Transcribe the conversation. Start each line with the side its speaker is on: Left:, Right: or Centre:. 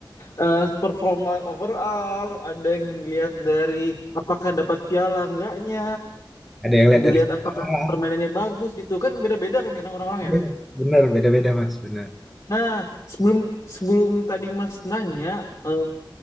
Left: eh, performa overall ada yang dilihat dari apakah dapat piala enggaknya
Centre: Ada yang lihat
Left: dilihat
Centre: dari sejarah,
Left: apakah permainannya bagus gitu kan beda-beda kan kadang orang-orang
Centre: iya,
Left: ya
Centre: benar, beda-beda Mas, benar.
Left: nah sebelum sebelum tadi Mas nanya eh,